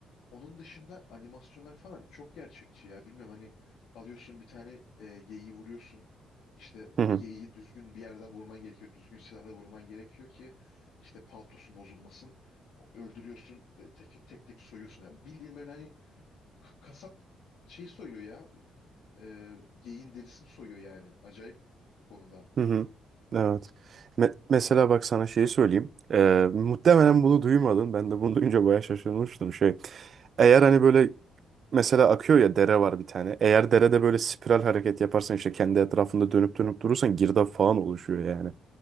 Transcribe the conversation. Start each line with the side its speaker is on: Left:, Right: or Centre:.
Left: Onun dışında animasyonlar falan çok gerçekçi ya. Bilmiyorum hani alıyorsun bir tane e, geyiği vuruyorsun. İşte
Right: Hı hı.
Left: geyiği düzgün bir yerden vurman gerekiyor. Düzgün silahla vurman gerekiyor ki işte paltosu bozulmasın. O- Öldürüyorsun e, tek tek tek soyuyorsun. ya bildiğin böyle hani k- kasap şey soyuyor ya. E, geyiğin derisini soyuyor yani. Acayip o konuda.
Right: Hı hı. Evet.
Left: S-
Right: Me- mesela bak sana şeyi söyleyeyim. Ee, muhtemelen bunu duymadın. Ben de bunu <laughs> duyunca bayağı şaşırmıştım şey. Eğer hani böyle mesela akıyor ya dere var bir tane. Eğer derede böyle spiral hareket yaparsan işte kendi etrafında dönüp dönüp durursan girdap falan oluşuyor yani.